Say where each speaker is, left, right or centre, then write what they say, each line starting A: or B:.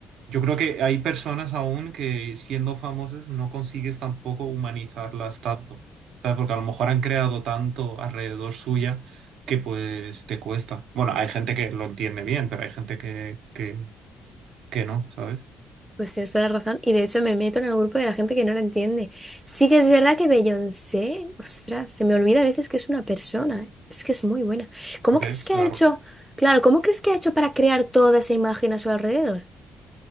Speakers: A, on the right; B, in the centre.
A: yo creo que hay personas aún que siendo famosas no consigues tampoco humanizarlas tanto, ¿sabes? Porque a lo mejor han creado tanto alrededor suya que pues te cuesta. Bueno, hay gente que lo entiende bien, pero hay gente que, que, que no, ¿sabes?
B: pues tienes toda la razón. Y de hecho me meto en el grupo de la gente que no lo entiende. Sí que es verdad que Beyoncé, ostras, se me olvida a veces que es una persona, ¿eh? Es que es muy buena. ¿Cómo
A: ¿Ves?
B: crees que
A: Claro.
B: ha hecho? Claro, ¿cómo crees que ha hecho para crear toda esa imagen a su alrededor?